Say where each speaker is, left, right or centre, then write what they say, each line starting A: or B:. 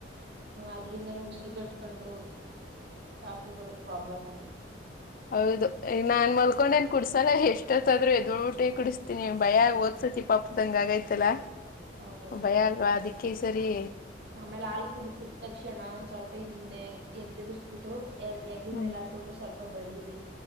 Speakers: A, on the right; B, on the left.
A: ಹ ಅದ್ರಿಂದಾನೇ ಉಸಿರುಗಟ್ಕೊಂಡು ಪಾಪುಗಳು ಪ್ರಾಬ್ಲಮ್ ಆಬ
B: ಹೌದು ನಾನ್ ಮಲ್ಕೊಂಡೇನ್ ಕುಡಸಲ್ಲ ಎಷ್ಟತ್ದ್ರೂ ಎದಳ್ಬಿಟ್ಟೆ ಕುಡ ನೀ ಭಯ
A: ಹ್ಮ್
B: ಓದ್ಸತಿ ಪಾಪದಂಗ ಆಗೈತಲ್ಲ
A: ಹೌದೌದು.
B: ಭಯ ಅದಿ ಕಸರಿ
A: ಆಮೇಲೆ ಹಾ ಕುಡಸಿದ ತಕ್ಷಣ ಒಂದ್ ಸ್ವಲ್ಪ ಹಿಂದೆ ಎದುರಿಸರಿಸಬಿಟ್ಟು ಎಗ್ಲ್
B: ಹ್ಮ್
A: ಮೇಲೆಾ ಕೊಂಡು ಸ್ವಲ್ಪ ಬಡೀರಿ